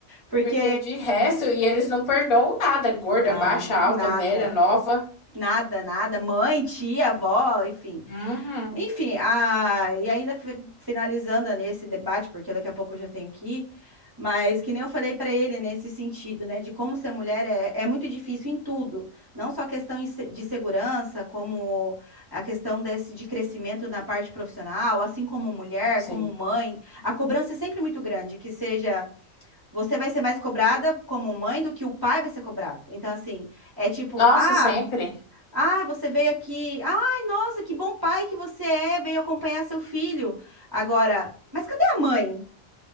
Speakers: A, on the right; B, on the left.
A: Porque,
B: Porque de resto, e eles não perdoam nada. Gorda,
A: não,
B: baixa, alta,
A: nada.
B: velha, nova.
A: Nada, nada. Mãe, tia, avó, enfim.
B: Uhum,
A: Enfim, a... e ainda fi- finalizando nesse debate, porque daqui a pouco eu já tenho que ir, mas que nem eu falei para ele nesse sentido, né, de como ser mulher é, é muito difícil em tudo, não só a questão em se- de segurança, como a questão desse de crescimento na parte profissional, assim como mulher,
B: sim.
A: como mãe, a cobrança é sempre muito grande, que seja. Você vai ser mais cobrada como mãe do que o pai vai ser cobrado. Então, assim, é tipo,
B: Nossa,
A: ah,
B: sempre.
A: ah, você veio aqui. Ai, nossa, que bom pai que você é, veio acompanhar seu filho. Agora, mas cadê a mãe?